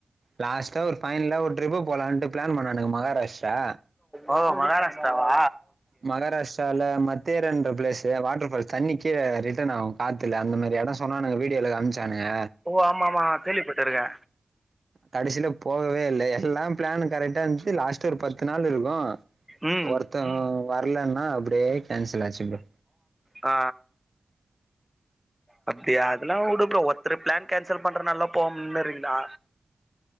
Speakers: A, on the right; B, in the centre.
A: லாஸ்ட்டா ஒரு ஃபைனலா ஒரு ட்ரிப் போலான்ட்டு பிளான் பண்ணானுங்க மகாராஷ்ட்ரா
B: ஓ மகாராஷ்ட்ராவா
A: மகாராஷ்ட்ரால மத்தேரன்ற பிளேஸ் வாட்டர் இப்ப தண்ணி கீழ ரிட்டர்ன் ஆவு காத்துல அந்த மாரி எடம் சொன்னானுங்க வீடியோல காமிச்சானுங்க
B: ஓ ஆமா ஆமா கேள்விபட்டுருக்கே
A: கடைசியில போவவே இல்ல எல்லா பிளானு கரெக்டா இருந்துச்சு லாஸ்ட் ஒரு பத்து நாள் இருக்கு
B: ம்
A: ஒருத்தன் வரலேன்னா அப்படியே கேன்சல் ஆயிருச்சுங்க
B: ஆ பாத்தியா அதெல்லாம் விடு புரோ ஒருத்தரு பிளான் கேன்சல் பண்றதுனால போகமுடியலறீங்களா